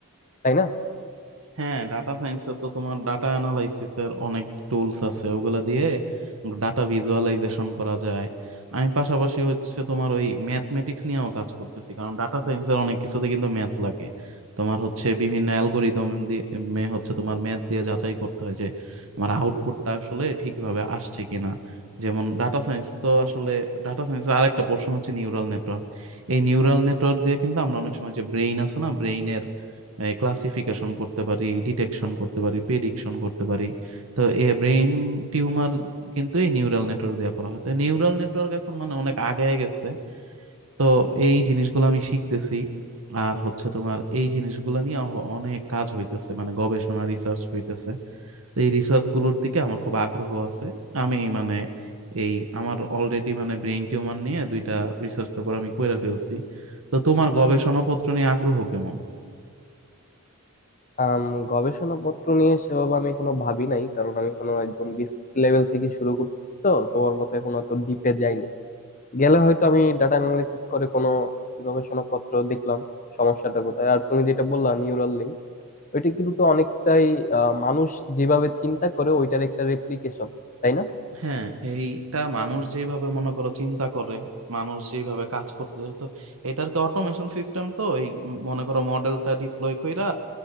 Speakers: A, on the left (about 35°); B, on the right (about 65°).
A: তাই না
B: হ্যাঁ ডাটা সায়েন্সে তো তোমার ডাটা অ্যানালাইসিস এর অনেক টুলস আছে ওগুলা দিয়ে ডাটা ভিজুয়ালাইজেশন করা যায় আমি পাশাপাশি হচ্ছে তোমার ওই ম্যাথমেটিক্স নিয়েও কাজ করতেছি কারণ ডাটা সায়েন্সের অনেক কিছুতে কিন্তু ম্যাথ লাগে তোমার হচ্ছে বিভিন্ন অ্যালগোরিদম দিয়ে মে হচ্ছে তোমার ম্যাথ দিয়ে যাচাই করতে হয় যে আমার আউটপুটটা আসলে ঠিকভাবে আসছে কিনা যেমন ডাটা সায়েন্স তো আসলে ডাটা সায়েন্সের আরেকটা পোর্শন হচ্ছে নিউরাল নেটওয়ার্ক এই নিউরাল নেটওয়ার্ক দিয়ে কিন্তু আমরা অনেক সময় যে ব্রেইন আছে না ব্রেইনের ক্লাসিফিকেশন করতে পারি ডিটেকশন করতে পারি প্রেডিকশন করতে পারি তো এ ব্রেইন টিউমার কিন্তু এই নিউরাল নেটওয়ার্ক দিয়ে করা হয় তো নিউরাল নেটওয়ার্ক এখন মানে অনেক আগায় গেছে তো এই জিনিসগুলো আমি শিখতেছি আর হচ্ছে তোমার এই জিনিসগুলো নিয়ে অহ- অনেক কাজ হইতেছে মানে গবেষণা রিসার্চ হইতেছে তো এই রিসার্চ গুলোর দিকে আমার খুব আগ্রহ আছে আমি মানে এই আমার অলরেডি মানে ব্রেইন টিউমার নিয়ে দুইটা রিসার্চ পেপার আমি কইরা ফেলছি তো তোমার গবেষণাপত্র নিয়ে আগ্রহ কেমন
A: আম, গবেষণাপত্র নিয়ে সেভাবে আমি এখনো ভাবি নাই কারণ আমি এখনো একদম বেসিক লেভেল থেকে শুরু করতেছি তো তোমার মতো এখনো এত ডিপে যাইনি গেলে হয়তো আমি ডাটা অ্যানালাইসিস করে কোনো গবেষণাপত্র দেখলাম সমস্যাটা কোথায় আর তুমি যেটা বললা নিউরাল লিঙ্ক ওইটা কিন্তু তো অনেকটাই আহ, মানুষ যেভাবে চিন্তা করে ওইটার একটা রেপ্লিকেশন তাই না
B: হ্যাঁ এইটা মানুষ যেভাবে মনে করো চিন্তা করে মানুষ যেভাবে কাজ করতেছে তো এটার কি অটোমেশন সিস্টেম তো এই উম মনে করো মডেলটা ডিপ্লয় কইরা